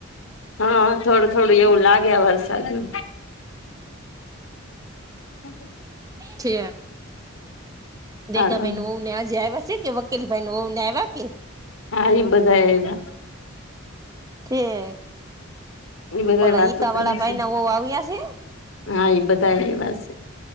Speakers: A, on the left; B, on the right.
A: હા હા થોડું થોડું એવું લાગે વરસાદ નુ. <inaudible>
B: છે દેતા
A: હાલો
B: ભાઈને વઉ આજે આવ્યા છે કે. કીલ ભાઈ ને વઉ ને આવ્યા કે.
A: હા ઈ બધા હેના.
B: ઠીક
A: એ બધા
B: ઓલા
A: વાતો
B: ઈકા
A: કરે
B: વાળા ભાઈ
A: છે
B: ના વઉ આવીયા છે.
A: હા ઇ બધા એવા સે.